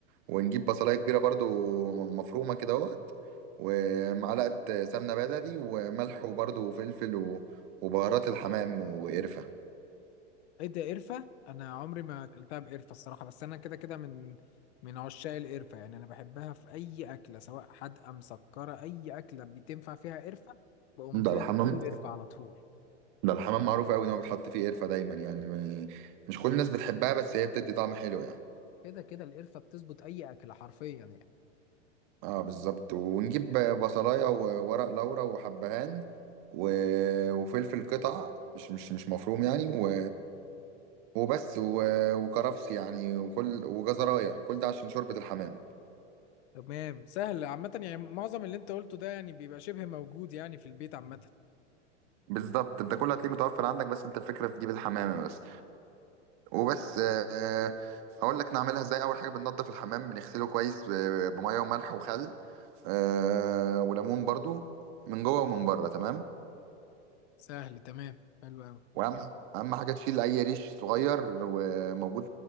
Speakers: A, on the right; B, on the left.
A: ونجيب بصلايه كبيره برضو مفرومه كده اهوت ومعلقه سمنه بلدي وملح وبرضو وفلفل و- وبهارات الحمام وقرفه
B: ايه ده قرفة انا عمري ما اكلتها بقرفة الصراحة بس انا كده كده من من عشاق القرفة يعني انا بحبها في اي اكلة سواء حادقة مسكرة اي اكلة بتنفع فيها قرفة بقوم
A: ده
B: دالك
A: الحمام
B: كيلو قرفة على طول
A: ده الحمام معروف قوي ان هو بيتحط فيه قرفه دايما يعني مش كل الناس بتحبها بس هي بتدي طعم حلو يعني
B: كده كده القرفة بتظبط اي اكلة حرفيا يعني
A: اه بالظبط ونجيب بصلايه وورق لورا وحبهان و... وفلفل قطع مش مش مش مفروم يعني و... وبس و... وكرفس يعني وكل وجزرايه كل ده عشان شوربه الحمام
B: تمام سهل عامة يعني معظم اللي انت قلته ده يعني بيبقى شبه موجود يعني في البيت عامة
A: بالظبط انت كل هتلاقيه متوفر عندك بس انت الفكره في تجيب الحمامه بس وبس آه... هقول لك نعملها ازاي اول حاجه بننضف الحمام بنغسله كويس ب- بميه وملح وخل آه... وليمون برضو من جوه ومن بره تمام
B: سهل تمام حلو قوي
A: واهم اهم حاجه تشيل اي ريش صغير وموجود